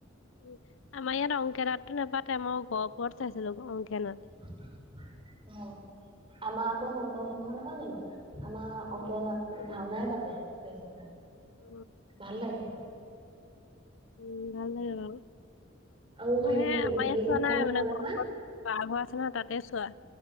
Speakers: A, on the left; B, on the right.
A: উ আমাৰ ইয়াত অংকে নাতটো নাপাতে মই গহপুৰত চাইছিলো অংকে নাথ।
B: অ আমাৰ আকৌ সংকৰ সংঘ নহয় জানো? আমাৰ
A: অ',
B: অংকীয়া নাথ ভাওনাই পাতে বেছি ভাগ
A: অ',
B: ভাল লাগে।
A: উম ভাল লাগে বাৰু।
B: আৰু
A: মোৰ
B: হেৰি
A: সেই আমাৰ ইয়াত
B: বেছি
A: চোৱা
B: টাইম
A: নাই
B: নহয়
A: মানে
B: নহয়
A: ঘৰ খনত। পাৰঘৰ আছে নহয় তাতে চোৱা